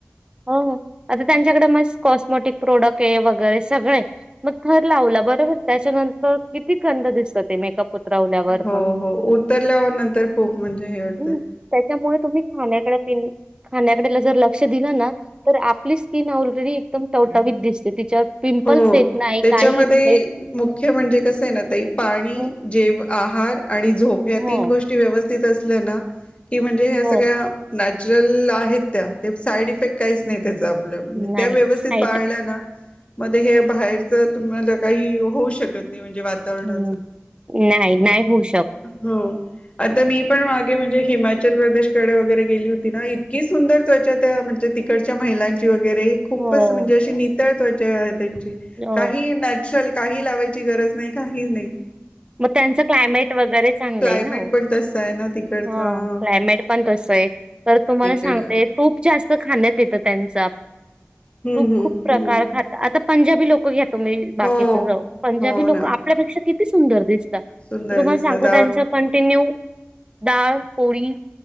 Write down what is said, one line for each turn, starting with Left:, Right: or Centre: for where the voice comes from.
Right: <unintelligible> आता त्यांच्याकडे मस् कॉस्मेटिक प्रोडक्ट आहे. वगैरे सगळ आहे. मग थर लावला बरोबर आहे. त्याच्यान किती गंद दिसत ते मेकअप उतरवल्यावर
Left: हो
Right: पण.
Left: हो उतरल्यावर नंतर खूप म्हणजे हे वाटतंय.
Right: हम्म. त्याच्यामुळे तुम्ही खाण्याकडे खाण्याकडे जर ज लक्ष दिलं ना. तर आप आपली स्किन ऑलरेडी एकदम टवटावीत दिसते. तिच्यावर पिंपल्स
Left: हो
Right: येत नाही
Left: त्याच्यामध्ये
Right: काही येत नाही.
Left: मुख्य म्हणजे कस आहे ना ताई पाणी
Right: हं,
Left: जेव आहार आणि झोप या
Right: हो
Left: तीन गोष्टी व्यवस्थित असल्या ना की म्हणजे ह्या
Right: हो
Left: सगळ्या नॅचरल आहेत त्या. ते साईड इफेक्ट काहीच नाही त्याचा. त्या
Right: नाही
Left: व्यवस्थित
Right: साईड
Left: पाळल्या
Right: इफेक्ट
Left: ना मग हे बाहेरच मला काही होऊ शकत नाही. म्हणजे वातावरणाच.
Right: हम्म. नाही नाही होऊ शक
Left: हो आता मी पण मागे म्हणजे हिमाचल प्रदेशकडे वगैरे गेली होती ना‌ इतकी सुंदर त्वचा त्या म्हणजे तिकडच्या महिलांची खूपच
Right: हो
Left: म्हणजे अशी नितळ त्वचा आहे त्यांची.
Right: हो.
Left: काहीही चल काही लावायची गरज नाही. काही नाही.
Right: मग त्यांचं क्लायमेट वगैरे चांगल
Left: क्लायमेट
Right: आहे ना हो.
Left: पण तसं आहे ना तिकडचं
Right: हा क्लायमेट पण तस आहे तर तुम्हाला
Left: एकड
Right: सांगते. तूप खुप जास्त खाण्यात येत त्यांचा.
Left: हम्म
Right: तुप
Left: हम्म
Right: खूप प्रकार
Left: हम्म
Right: खाता. आता पंजाबी लोक घ्या तुम्ही. बाकीच
Left: हो.
Right: जाऊ द्या पंजाबी
Left: हो
Right: लोक
Left: ना
Right: आपल्यापेक्षा किती सुंदर दिसत
Left: सुंदर
Right: तुम्हाला
Left: दिसतात
Right: सांगू त्यांचा कंटिन्यू डाळ, पोळी,